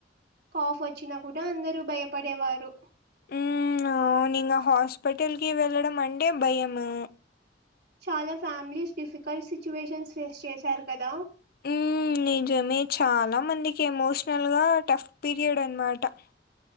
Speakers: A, on the right; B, on the left.
A: కాఫ్ వచ్చినా కూడా అందరు భయపడేవారు
B: ఉమ్ అవును ఇంగా హాస్పిటల్కి వెళ్ళడం అంటే భయము
A: చాలా ఫ్యామిలీస్ డిఫికల్ట్ సిచ్యువేషన్స్ ఫేస్ చేశారు కదా
B: ఉమ్ నీజమే చాలా మందికి ఎమోషనల్గా టఫ్ పీరియడ్ అనమాట